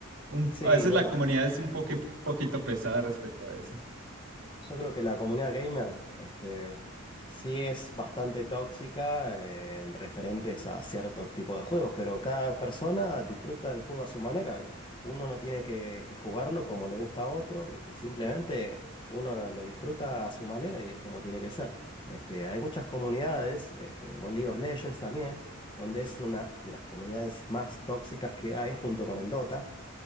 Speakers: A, on the right; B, on the left.
A: un-
B: Sí,
A: a veces
B: bueno.
A: la comunidad es un poqui- poquito pesada respecto a eso.
B: Yo creo que la comunidad gamer, este, sí es bastante tóxica eh, en referentes a ciertos tipos de juegos, pero cada persona disfruta del juego a su manera. ¿vi? Uno no tiene que, que jugarlo como le gusta a otro, ¿viste? Simplemente uno lo, lo disfruta a su manera y es como tiene que ser. Este, hay muchas comunidades, este, como en League of Legends también, donde es una de las comunidades más tóxicas que hay junto con el Dota.